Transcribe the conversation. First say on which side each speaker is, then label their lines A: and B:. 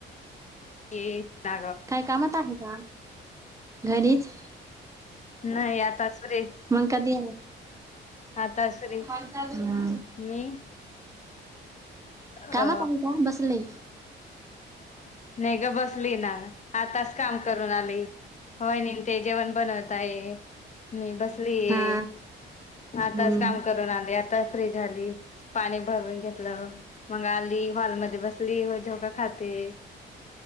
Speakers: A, on the left; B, on the right.
A: ए जाग.
B: काय कामात आहे का? घरीच.
A: नाही आता फ्री.
B: मग कधी येणार?
A: आता फ्री.
B: हा
A: मी. अ
B: कामात आहे का? बसलंय!
A: नाही ग बसली ना, आताच काम करून आली. वहिनी ते जेवण बनवत आहे. मी बसलीये
B: हा
A: आताच
B: हम्म
A: काम करून आले, आता फ्री झाली. पाणी भरून घेतलं, मग आली हॉलमध्ये बसली मग झोका खाते.